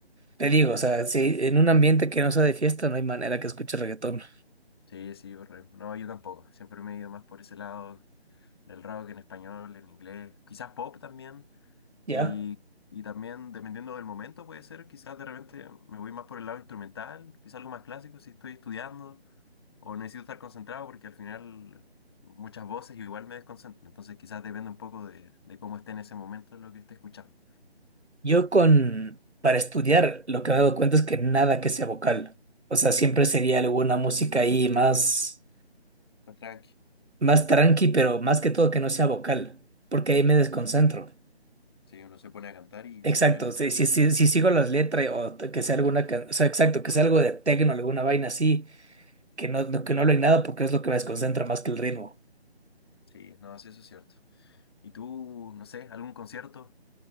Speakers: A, on the right; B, on the left.
A: te digo, o sea, si en un ambiente que no sea de fiesta no hay manera que escuche reggaetón,
B: Sí, sí, por el- No, yo tampoco. Siempre me he ido más por ese lado del rock en español, en inglés. Quizás pop también,
A: ¿ya?
B: Y, y también, dependiendo del momento, puede ser, quizás de repente me voy más por el lado instrumental, quizás algo más clásico si estoy estudiando o necesito estar concentrado porque al final muchas voces igual me desconcentran. Entonces, quizás depende un poco de, de cómo esté en ese momento lo que esté escuchando.
A: Yo con, para estudiar, lo que me he dado cuenta es que nada que sea vocal, o sea, siempre sería alguna música ahí más,
B: Más tranqui.
A: más tranqui, pero más que todo que no sea vocal, porque ahí me desconcentro.
B: Sí, uno se pone a cantar y
A: Exacto,
B: al final,
A: si, si, si, si sigo las letras o t- que sea alguna, can- o sea, exacto, que sea algo de tecno, alguna vaina así, que no, no- que no hablen nada porque es lo que me desconcentra más que el ritmo.
B: sí, no, sí, eso es cierto. ¿Y tú, no sé, algún concierto